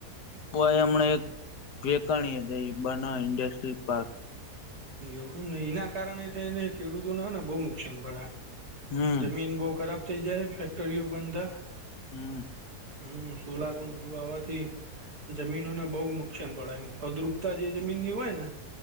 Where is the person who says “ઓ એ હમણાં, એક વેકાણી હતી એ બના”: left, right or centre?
Left